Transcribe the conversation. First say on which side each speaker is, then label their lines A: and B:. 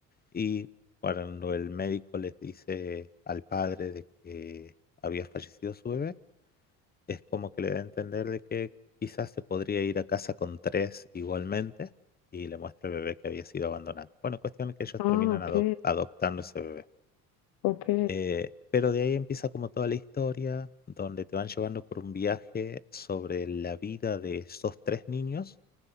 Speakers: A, on the left; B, on the left.
A: y cuando el médico les dice al padre de que había fallecido su bebé, es como que le da a entender de que quizás se podría ir a casa con tres igualmente y le muestra el bebé que había sido abandonado. Bueno, cuestión es que ellos
B: Ah,
A: terminan
B: ok.
A: adop- adoptando ese bebé.
B: Ok.
A: Eh, pero de ahí empieza como toda la historia, donde te van llevando por un viaje sobre la vida de esos tres niños